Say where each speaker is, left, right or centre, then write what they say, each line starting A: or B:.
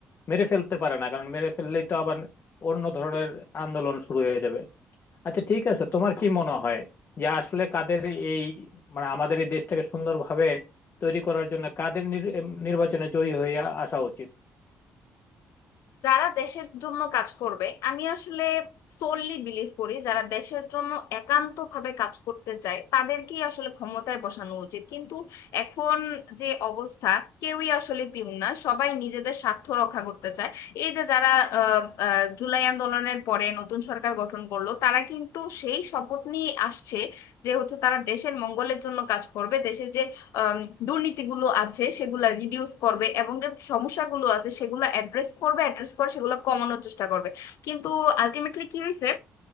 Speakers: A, on the left; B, on the left.
A: মেরে ফেলতে পারে না কারণ মেরে ফেললেই তো আবার অন্য ধরনের আন্দোলন শুরু হয়ে যাবে আচ্ছা ঠিক আছে তোমার কি মনে হয় যে আসলে কাদের এই মানে আমাদের এই দেশটাকে সুন্দরভাবে তৈরি করার জন্য কাদের নির- নির্বাচনে জয়ী হয়ে আসা উচিত
B: যারা দেশের জন্য কাজ করবে আমি আসলে সোললি বিলিভ করি যারা দেশের জন্য একান্ত ভাবে কাজ করতে চায় তাদেরকেই আসলে ক্ষমতায় বসানো উচিত কিন্তু এখন যে অবস্থা কেউই আসলে পিউন না সবাই নিজেদের স্বার্থ রক্ষা করতে চায় এই যে যারা আহ, আহ, জুলাই আন্দোলনের পরে নতুন সরকার গঠন করলো তারা কিন্তু সেই শপথ নিয়ে আসছে যে হচ্ছে তারা দেশের মঙ্গলের জন্য কাজ করবে দেশে যে আম, দুর্নীতিগুলো আছে সেগুলা রিডিউস করবে এবং যে সমস্যাগুলো আছে সেগুলো অ্যাড্রেস করবে অ্যাড্রেস করে সেগুলো কমানোর চেষ্টা করবে কিন্তু আলটিমেটলি কি হয়েছে